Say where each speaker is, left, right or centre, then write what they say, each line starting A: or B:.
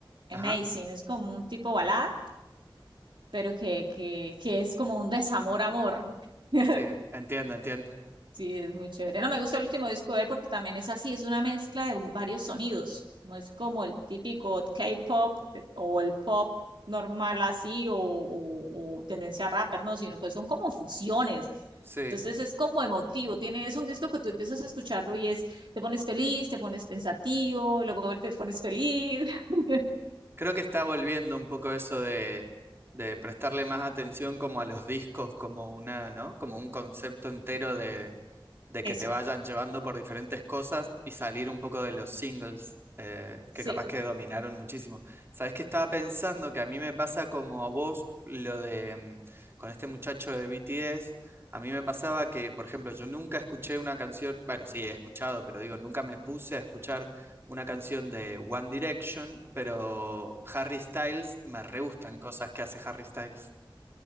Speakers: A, on the right (about 65°); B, on the right (about 30°).
A: amazing.
B: ajá.
A: Es como un tipo balada, pero que, que, que es como un desamor-amor. <laughs>
B: Sí, entiendo, entiendo.
A: Sí, es muy chévere. No me gusta el último disco de él porque también es así, es una mezcla de varios sonidos. No es como el típico K-pop que- o el pop normal así o, o- o tendencia a rapper, no, sino que son como fusiones.
B: Sí.
A: Entonces es como emotivo. Tiene, es un disco que tú empiezas a escucharlo y es, te pones feliz, te pones pensativo, luego te pones feliz. <laughs>
B: Creo que está volviendo un poco eso de, de prestarle más atención como a los discos, como una, ¿no? Como un concepto entero de de que
A: Eso,
B: te vayan llevando por diferentes cosas y salir un poco de los singles, eh,
A: sí.
B: que capaz que dominaron muchísimo. ¿Sabes qué estaba pensando? Que a mí me pasa como a vos lo de mm, con este muchacho de BTS. A mí me pasaba que, por ejemplo, yo nunca escuché una canción, bueno, sí, he escuchado, pero digo, nunca me puse a escuchar una canción de One Direction, pero Harry Styles, me re gustan cosas que hace Harry Styles.